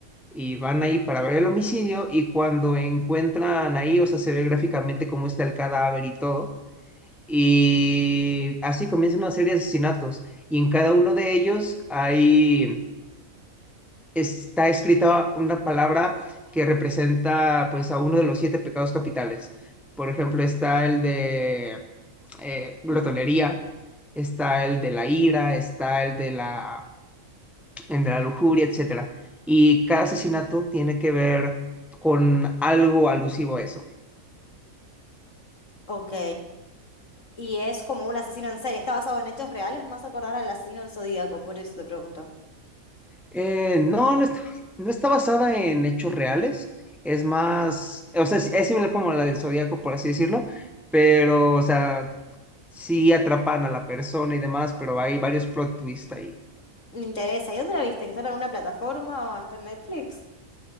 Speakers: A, in the centre; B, on the left.
A: y van ahí para ver el homicidio y cuando encuentran ahí, o sea, se ve gráficamente cómo está el cadáver y todo. Y así comienza una serie de asesinatos y en cada uno de ellos hay, está escrita una palabra que representa pues a uno de los siete pecados capitales. Por ejemplo, está el de eh, glotonería, está el de la ira, está el de la entre la lujuria, etcétera. Y cada asesinato tiene que ver con algo alusivo a eso.
B: ok. Y es como un asesino en serie. ¿Está basado en hechos reales? Más acordar al asesino del Zodíaco, por eso te pregunto.
A: Eh, no, no está, no está basada en hechos reales, es más, o sea, es es similar como la del Zodíaco, por así decirlo, pero, o sea, sí atrapan a la persona y demás, pero hay varios plot twists ahí.
B: Me interesa. ¿Y dónde la viste? ¿Que está en alguna plataforma o está en Netflix?